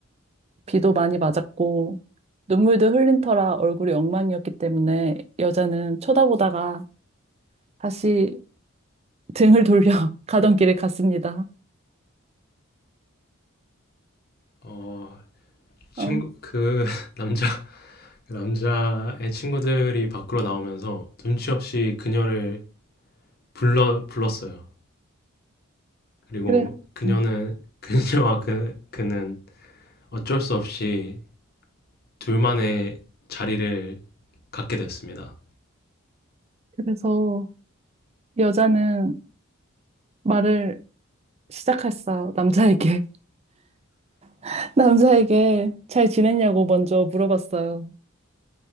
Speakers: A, on the right (about 30°); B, on the left (about 50°).
A: 비도 많이 맞았고 눈물도 흘린 터라 얼굴이 엉망이었기 때문에 여자는 쳐다보다가 다시 등을 돌려 <laughs> 가던 길을 갔습니다.
B: 어, 친구,
A: 어,
B: 그 <laughs> 남자 그 남자의 친구들이 밖으로 나오면서 눈치 없이 그녀를 불러 불렀어요. 그리고
A: 그래,
B: 그녀는
A: 음,
B: <laughs> 그녀와 그 그는 어쩔 수 없이 둘만의 자리를 갖게 됐습니다.
A: 그래서 여자는 말을 시작했어요, 남자에게. <laughs> 남자에게 잘 지냈냐고 먼저 물어봤어요.